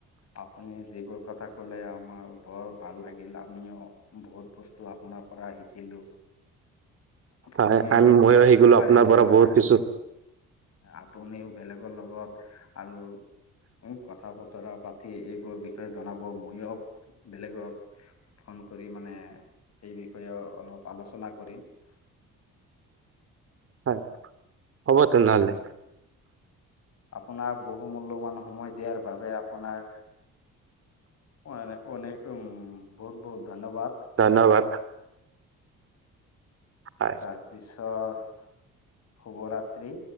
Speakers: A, on the left (about 55°); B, on the right (about 50°).
A: আপুনি যিবোৰ কথা কলে আমাৰ বৰ ভাল লাগিল আমি বহুত বস্তু আপোনাৰ পৰা শিকিলো। আপুনি
B: হয় আমি ময়ো শিকিলো
A: পাৰিলে
B: আপোনাৰ পৰা
A: হয়
B: বহুত কিছু
A: আপুনি বেলেগৰ লগত আৰু কথা বতৰা পাতি এইবোৰ বিষয়ে জনাব মইয়ো বেলেগক ফোন কৰি মানে এই বিষয়ে অলপ আলোচনা কৰিম। <unintelligible>
B: হয় হ'ব তেনেহলে।
A: আপোনাক বহু মূল্যবান সময় দিয়াৰ বাবে আপোনাক অনেক অনেক উম বহুত বহুত ধন্যবাদ।
B: ধন্যবাদ হয়
A: তাৰপিছত শুভৰাত্ৰি।